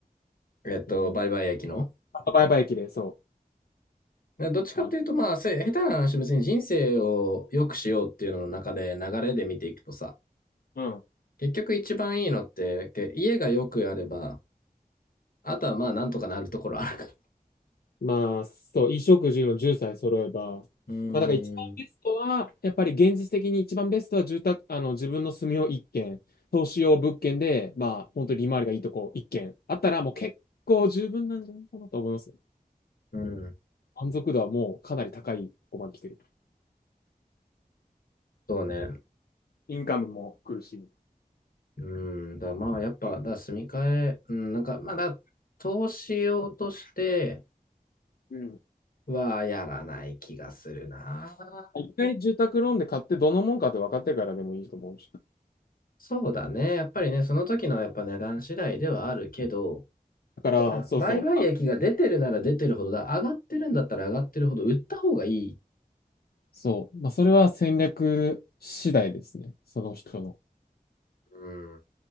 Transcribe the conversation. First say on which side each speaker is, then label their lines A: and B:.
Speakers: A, on the left (about 65°); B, on the left (about 85°).
A: えっと、
B: うん
A: 売買益の。
B: あバイバイ駅で、そ
A: でどっちかっていうと、
B: う。あの
A: まあ、せ下手な話、別に人生を良くしようっていうのの中で流れで見ていくとさ、
B: うん
A: 結局一番いいのって、け家が良くあれば、あとはまあ、なんとかなるところあるから。
B: まあ、そう、衣食住の10歳揃えば、まあ、
A: うーん、
B: だから一番ベストは、やっぱり現実的に一番ベストは住宅、あの、自分の住みを1軒、投資用物件で、まあ、本当に利回りがいいとこ1軒あったら、もう結構十分なんじゃないかなと思います。
A: うん、
B: 満足度はもうかなり高いとこまで来てる。
A: そうね。
B: インカムも来るし。
A: うん、だからまあ、やっぱ、だから住み替え、うん、なんか、まあだ、投資用として
B: うん。
A: はやらない気がするな。
B: 一回住宅ローンで買ってどのもんかって分かってからでもいいと思うし。
A: そうだね。やっぱりね、その時のやっぱ値段次第ではあるけど、
B: だから、
A: うん、
B: そうそう。
A: 売買益が出てるなら出てるほどだ。
B: あ
A: 上がってるんだったら上がってるほど売った方がいい。
B: そう。まあ、それは戦略次第ですね。その人の。
A: うん。